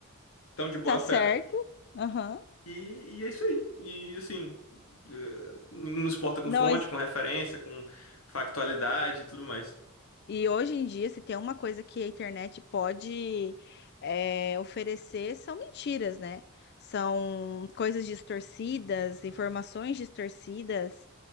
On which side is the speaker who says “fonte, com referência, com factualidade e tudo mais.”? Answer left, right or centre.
Left